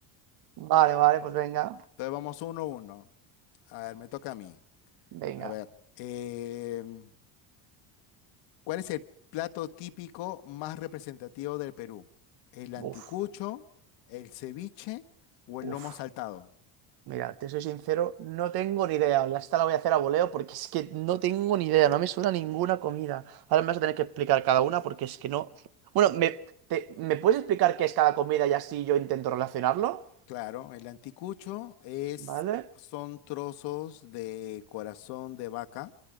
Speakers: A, on the right (about 55°); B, on the left (about 75°).
A: Vale, vale, pues venga,
B: Entonces vamos uno a uno. A ver, me toca a mí.
A: venga.
B: A ver, em, ¿cuál es el plato típico más representativo del Perú? ¿El anticucho,
A: Uf.
B: el ceviche o el
A: Uf.
B: lomo saltado?
A: Mira, te soy sincero, no tengo ni idea. Ya Esta la voy a hacer a voleo porque es que no tengo ni idea, no me suena ninguna comida. Ahora me vas a tener que explicar cada una porque es que no. Bueno, ¿me, te- ¿me puedes explicar qué es cada comida y así yo intento relacionarlo?
B: Claro, el anticucho es,
A: Vale,
B: son trozos de corazón de vaca